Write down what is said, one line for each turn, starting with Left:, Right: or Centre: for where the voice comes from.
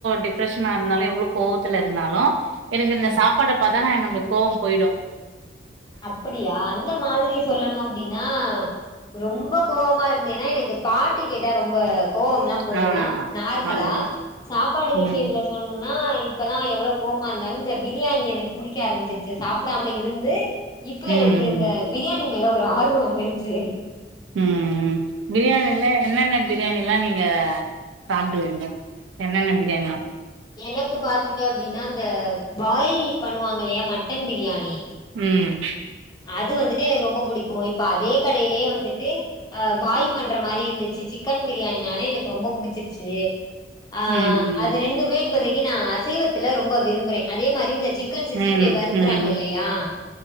Right: டிப்ரஷன்னா இருந்தாலு எவ்ளோ கோவத்துல இருந்தாலு எனக்கு
Left: ம்
Right: இந்த சாப்பாட பாத் தா நம்ளுக்கு கோவம் போய்டு
Left: அப்டியா அந்த மாதிரி சொல்லணு அப்டின்னா ரொம்ப கோவமா இரு ந்தேன்னா எனக்கு பாட்டு கேட்டா ரொம்ப கோவமெல்லா போய்ரு
Right: ஆ
Left: நார்மலா
Right: அதுதான்
Left: சாப்பாடு
Right: ம்
Left: விஷ்யத்துல
Right: ம்
Left: சொல்லணுனா இப்பல்லா எவ்ளோ கோ வமா இந்தாலு இந்த பிரியாணி எனக்கு புடிக்க ஆரம்பிச்சுருச்சி சாப்டாம இருந்து இப்ப
Right: ம்
Left: எனக்கு இந்த
Right: ம்
Left: பிரியாணி மேல ஒரு ஆர்வோ வந்துருச்சி
Right: ம் ம் பிரியாணில என்னென்ன பிரியாணி ல்லா நீங்க சாப்டுவீங்க என்னென்ன பிரியாணிலா
Left: எனக்கு பாத்தீங்க அப்டின்னா இந்த பாய் பண்ணுவாங்கில்லயா மட் டன் பிரியாணி
Right: ம்
Left: அது வந்துட்டு எனக்கு ரொம்ப புடிக்கு இப்ப அதே கடையிலே வந்துட்டு அ பாய் பண்ற மாரி இருந்துச்சி சிக்கன் பிரியாணினாலே எனக்கு ரொம்ப பு புடுச்சுருச்சி ஆ
Right: ம்
Left: அது ரெண்டுமே இப்பதிக் கி நா அசைவத்துல ரொம்ப விரும்புறே அதே மாரி இந்த சிக்கன் சிக்ஸ்டி
Right: ம்
Left: ஃபைவ் வறுக்கறாங்கில்லயா
Right: ம் ம்
Left: ஆ